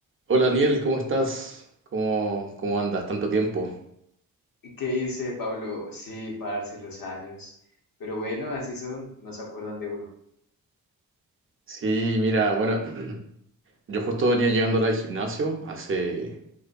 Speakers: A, on the right; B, on the left.
A: Hola Daniel, ¿cómo estás? ¿Cómo, cómo andas? Tanto tiempo.
B: ¿Qué dice Pablo? Sí, parce, los años. Pero bueno, así son, no se acuerdan de uno.
A: Sí, mira, bueno, <clears throat> yo justo venía llegando ahora al gimnasio, hace,